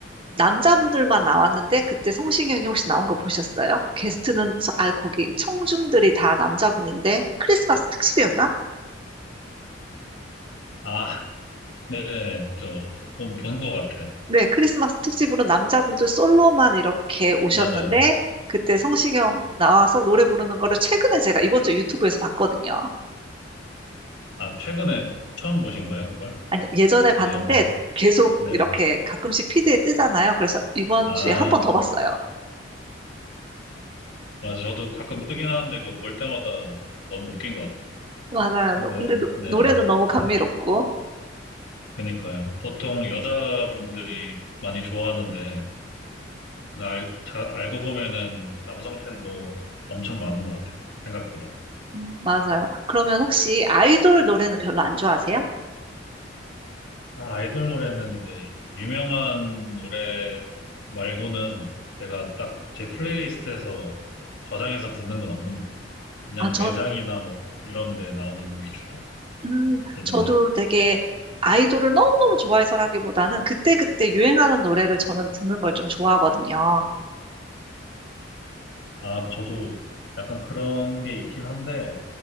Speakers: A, on the right; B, on the left.
A: 남자분들만 나왔는데 그때 성시경이 혹시 나온 거 보셨어요? 게스트는 저- 아 거기 청중들이 다 남자분인데 크리스마스 특집이었나?
B: 아, 네네. 저, 본, 본것 같아요.
A: 네, 크리스마스 특집으로 남자분들 솔로만 이렇게 오셨는데
B: 맞아요.
A: 그때 성시경 나와서 노래 부르는 거를 최근에 제가 이번 주 유튜브에서 봤거든요.
B: 아, 최근에 처음 보신 거예요, 그걸?
A: 아니 예전에 봤는데
B: 그 영상을?
A: 계속
B: 네.
A: 이렇게 가끔씩 피드에 뜨잖아요. 그래서 이번
B: 아,
A: 주에 한 번 더 봤어요.
B: 맞아. 저도 가끔 뜨긴 하는데 그거 볼 때마다 너무 웃긴 것 같아요.
A: 맞아요.
B: 근데,
A: 노- 근데 노-
B: 네.
A: 노래는 너무 감미롭고.
B: 그니까요. 보통 여자분들이 많이 좋아하는데, 근데 알, 자, 알고 보면은 남성 팬도 엄청 많은 것 같아요. 생각보다.
A: 음, 맞아요. 그러면 혹시 아이돌 노래는 별로 안 좋아하세요?
B: 아, 아이돌 노래는 이제 유명한 노래 말고는 제가 딱 제 플레이리스트에서 저장해서 듣는 건 없는 것 같아요. 그냥
A: 아, 저,
B: 매장이나 뭐 이런 데 나오는 위주로
A: 음,
B: 듣는
A: 저도
B: 것 같아요.
A: 되게 아이돌을 너무너무 좋아해서라기보다는 그때그때 유행하는 노래를 저는 듣는 걸 좀 좋아하거든요.
B: 아, 저도 약간 그런 게 있긴 한데,